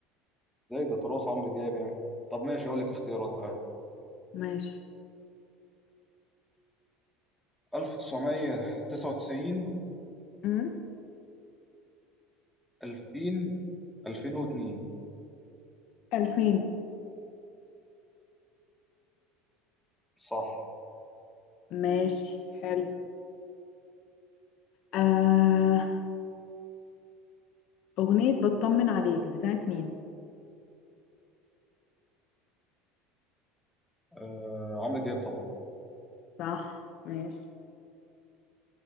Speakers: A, in the centre; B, on the left.
A: زي ده تراث عمرو دياب يعني طب ماشي اقول لك اختيارات عادي
B: ماشي
A: 1999
B: امم
A: 2000 2002
B: ألفين
A: صح
B: ماشي حلو آه أغنية بطمن عليك بتاعت مين
A: آه عمرو دياب طبعا
B: صح ماشي